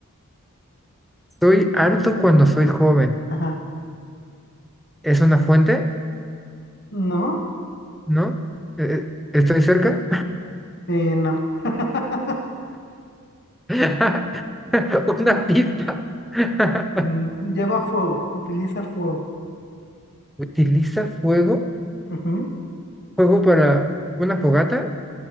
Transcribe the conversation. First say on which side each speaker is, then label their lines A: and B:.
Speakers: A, in the centre; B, on the left.
A: Estoy harto cuando soy joven.
B: Ajá.
A: ¿Es una fuente?
B: ¿No?
A: ¿No? Eh, eh, ¿Estoy cerca?
B: Eh, no. <laughs>
A: <laughs> Una pista. <laughs>
B: Mm, Lleva fuego, utiliza fuego.
A: ¿Utiliza fuego?
B: Ujú.
A: ¿Fuego para una fogata?